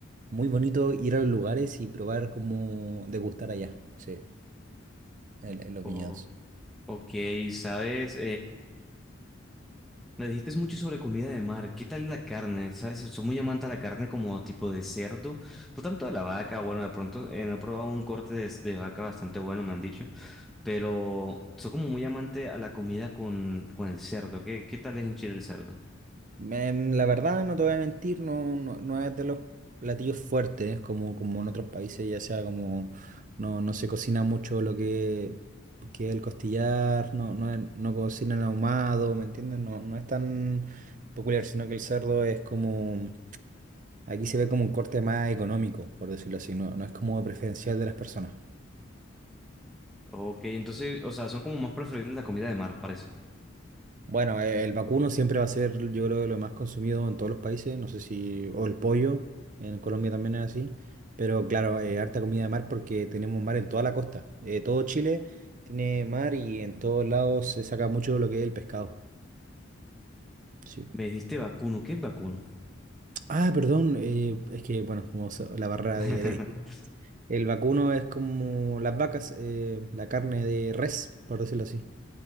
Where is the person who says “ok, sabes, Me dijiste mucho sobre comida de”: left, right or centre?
Centre